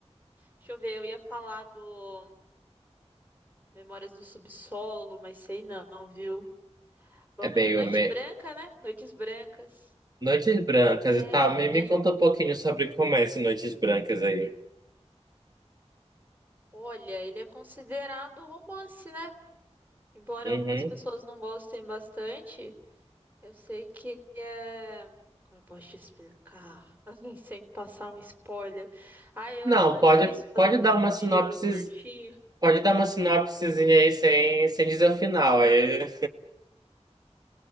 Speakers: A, on the right; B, on the right.
A: deixa eu ver, eu ia falar do Memórias do Subsolo, mas sei não, viu? Vamos
B: É bem,
A: de
B: eu
A: Noite
B: me...
A: Branca, né? Noites Brancas.
B: Noites Brancas,
A: É,
B: e tá, me,
A: ele
B: me
A: é.
B: conta um pouquinho sobre como é esse Noites Brancas aí.
A: Olha, ele é considerado um romance, né? Embora
B: Uhum.
A: algumas pessoas não gostem bastante, eu sei que é. Como eu posso te explicar? <laughs> Assim, sem passar um spoiler. Ah, eu
B: Não,
A: acho tão
B: pode,
A: difícil fazer
B: pode
A: um resumo
B: dar uma sinopse,
A: de livro curtinho.
B: pode dar uma sinopsezinha aí sem, sem dizer o final, aí...